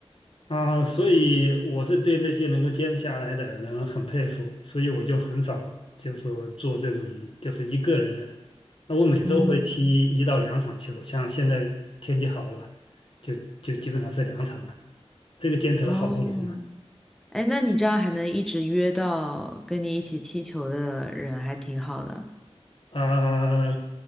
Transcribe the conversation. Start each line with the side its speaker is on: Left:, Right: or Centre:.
Left: 啊，所以我是对那些能够坚持下来的人很佩服，所以我就很少就说做这种就是一个人的。那我每周会踢一到两场球，
Centre: 嗯，
Left: 像现在天气好了，就就基本上是两场了。这个坚持了好多年了。
Centre: 哦，哎，那你这样还能一直约到跟你一起踢球的人，还挺好的。
Left: 啊，